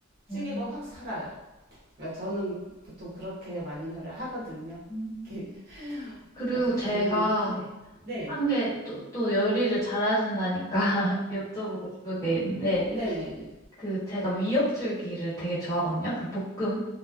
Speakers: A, on the right; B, on the left.
A: 찌개가
B: 음,
A: 확 살아요. 그러니까 저는 보통 그렇게 많이 하거든요.
B: 음.
A: 이렇게
B: 그리고
A: 어떻게
B: 제가
A: 도움이 네. 네.
B: 한 게 또, 또 요리를 잘하신다니까 <laughs> 여쭤보고 싶은 게 있는데,
A: 네, 네, 네.
B: 그 제가 미역줄기를 되게 좋아하거든요. 그 볶음.